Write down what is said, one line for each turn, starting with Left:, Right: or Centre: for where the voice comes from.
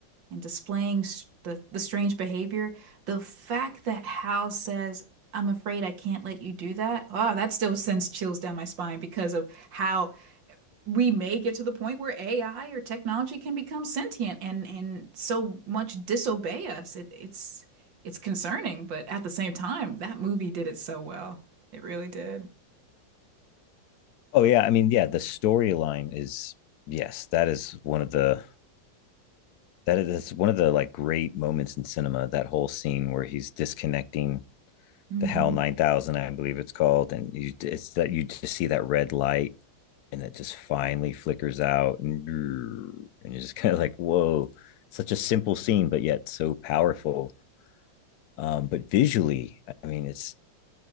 Right: and displaying s- the, the strange behavior. The fact that Hal says, I'm afraid I can't let you do that. Oh, that still sends chills down my spine because of how we may get to the point where AI or technology can become sentient and and so much disobey us. It, it's it's concerning, but at the same time, that movie did it so well. It really did.
Left: Oh yeah, I mean, yeah, the storyline is yes, that is one of the that is that's one of the like great moments in cinema, that whole scene where he's disconnecting
Right: hmm
Left: the Hell 9000, I believe it's called. And you, it's that you just see that red light and it just finally flickers out. And, <laughs> and you're just kind of like, whoa, such a simple scene, but yet so powerful. Um, but visually, I mean, it's,